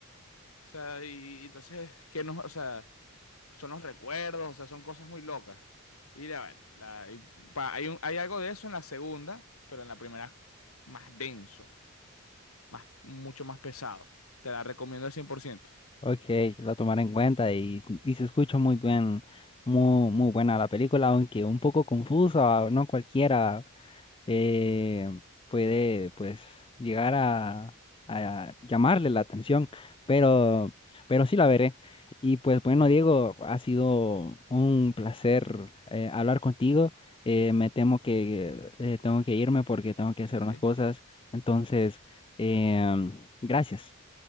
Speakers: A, on the left (about 80°); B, on the left (about 25°).
A: O sea, y, y entonces, ¿qué nos, o sea, son los recuerdos, o sea, son cosas muy locas. Y ya, bueno, la- y pa- hay, un- hay algo de eso en la segunda, pero en la primera es más denso, más, mucho más pesado. Te la recomiendo al cien por ciento
B: Ok, lo tomaré en cuenta y, y se escucha muy bien, muy, muy buena la película, aunque un poco confusa, no cualquiera eh, puede pues llegar a, a llamarle la atención, pero, pero sí la veré. Y pues bueno, Diego, ha sido un placer eh, hablar contigo. Eh, me temo que eh, tengo que irme porque tengo que hacer
A: Ok.
B: unas cosas, entonces, em, gracias.